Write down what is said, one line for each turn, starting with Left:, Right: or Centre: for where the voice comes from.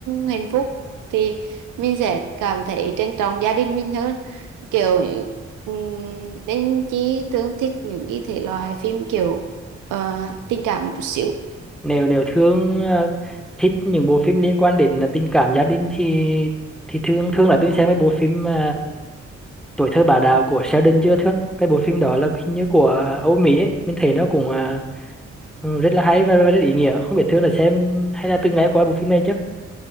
Right: hạnh phúc thì mình sẽ cảm thấy trân trọng gia đình mình hơn kiểu ừm, nên chỉ thường thích những cái thể loại phim kiểu ờ, tình cảm một chút xíu
Centre: nếu nếu thương ờ, thích những bộ phim liên quan đến ờ, tình cảm gia đình thì thì thương thương là tôi xem cái bộ phim ờ, tuổi thơ bà đào của Sheldon chưa thương cái bộ phim đó là hình như của Âu Mỹ ấy. mình thấy nó cũng ờ, ừ, rất là hay và, và rất ý nghĩa không biết thương là xem hay là từng nghe qua bộ phim này chứ